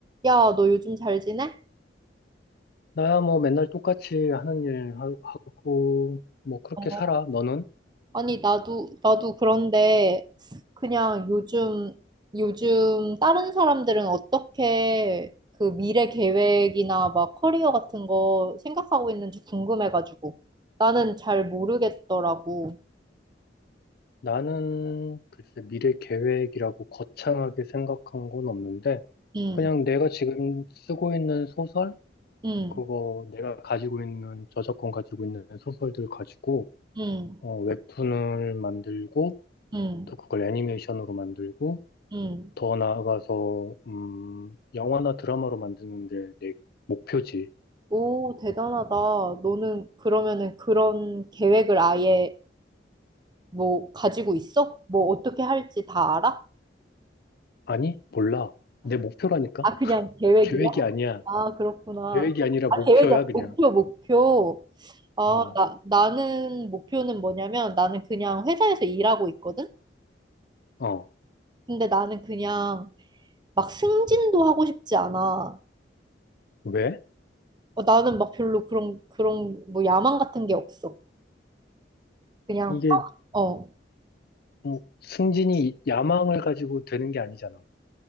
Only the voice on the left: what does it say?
나야 뭐 맨날 똑같이 하는 일 하- 하고, 뭐 그렇게
살아, 너는?
나는 글쎄 미래 계획이라고 거창하게 생각한 건 없는데,
그냥 내가 지금 쓰고 있는 소설?
그거 내가 가지고 있는, 저작권 가지고 있는 소설들 가지고,
어, 웹툰을 만들고,
또 그걸 애니메이션으로 만들고,
더 나아가서, 음, 영화나 드라마로 만드는 게 내 목표지.
아니? 몰라. 내 목표라니까?
<laughs>
계획이 아니야.
계획이 아니라 목표야,
그냥.
어,
어.
왜?
이게
뭐 승진이 야망을 가지고 되는 게 아니잖아.